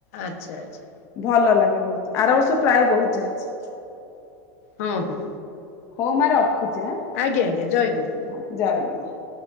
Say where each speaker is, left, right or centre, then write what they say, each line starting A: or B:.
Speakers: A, on the left (about 65°); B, on the left (about 35°).
A: ଆଚ୍ଛା ଆଚ୍ଛା।
B: ଭଲ ଲାଗେ ବହୁତ ଆର ବର୍ଷ ପ୍ରାୟ ବହୁତ ଯାଇଚି।
A: ହଁ ହଁ।
B: ହଉ ମା ରଖୁଚି ଆଁ
A: ଆଜ୍ଞା ଆଜ୍ଞା ଜୟ ଗୁରୁ।
B: <unintelligible>